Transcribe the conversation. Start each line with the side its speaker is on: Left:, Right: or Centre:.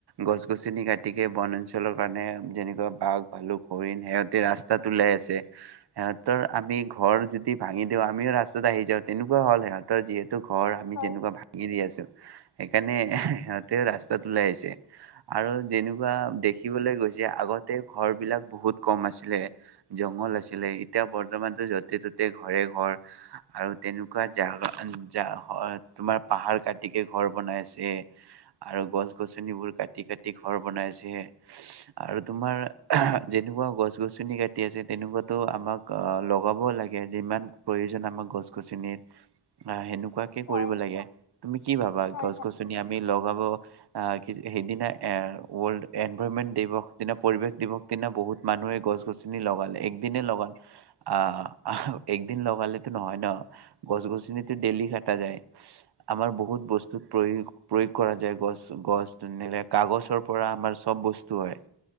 Right: গছ-গছনি কাটিকে বনাঞ্চলৰ কাৰণে যেনেকুৱা বাঘ, ভালুক, হৰিণ সেহঁত তে ৰাস্তাত ওলাই আছে। সিহঁতৰ আমি ঘৰ যদি ভাঙি দিওঁ আমিও ৰাস্তাত আহি যাওঁ তেনেকুৱা হ'ল, সিহঁতৰ যিহেতু ঘৰ আমি
Left: হয়,
Right: যেনেকুৱা ভাাগি দি আছোঁ, সেইকাৰণে সিহঁতেও ৰাস্তাত ওলাই আহিছে। আৰু যেনেকুৱা দেখিবলৈ গৈছে আগতে ঘৰবিলাক বহুত কম আছিলে। জংঘল আছিলে, এতিয়া বৰ্তমানটো য'তে ত'তে ঘৰে ঘৰ। আৰু তেনেকুৱা জাগা তে তোমাৰ পাহাৰ কাটিকে ঘৰ বনাই আছে। আৰু গছ-গছনিবোৰ কাটি কাটি ঘৰ বনাই আছে। আৰু তোমাৰ যেনেকুৱা গছ-গছনি কাটি আছে তেনেকুৱাতো আমাক কা লগাব লাগে যিমান প্ৰয়োজন আমাৰ গছ গছনিৰ। আ, সেনেকুৱাকে
Left: হয়,
Right: কৰিব লাগে তুমি কি ভাবা
Left: হয়,
Right: গছ
Left: হয়।
Right: গছনি আমি লগাব আহ, কি সেইদিনা এ ৱৰ্ল্ড এনভাৰমেন্ট দিৱস দিনা পৰিৱেশ দিৱস দিনা বহুত মানুহে গছ-গছনি লগালে এক দিনে লগালে অহ, একদিন লগালেতো নহয় ন' গছ-গছনিত টো ডেইলি কাটা যায় আমাৰ বহুত বস্তুত প্ৰয়োগ প্ৰয়োগ কৰা যায়, গছ গছ ধুনিলে কাগজৰ পৰা আমাৰ চব বস্তু হয়।